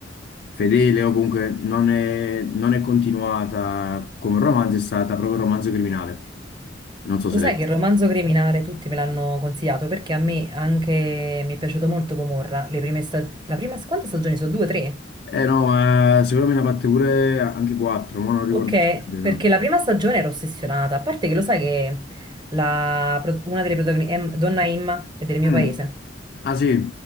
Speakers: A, on the left (about 55°); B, on the right (about 25°).
A: fedele o comunque non è, non è continuata come romanzo, è stata proprio Romanzo Criminale. Non so
B: Lo
A: se
B: sai
A: l'hai vista.
B: che il romanzo criminale tutti me l'hanno consigliato perché a me anche mi è piaciuto molto Gomorra. Le prime sta- la prima... Quante stagioni sono? Due, tre?
A: Eh no, eh, secondo me ne ha fatte pure anche quattro, ma non ricordo
B: Ok,
A: esattamente.
B: perché la prima stagione ero ossessionata. A parte che lo sai che la pro- una delle protagoniste, Donna Imma, è del mio
A: no.
B: paese.
A: Mm. Ah sì,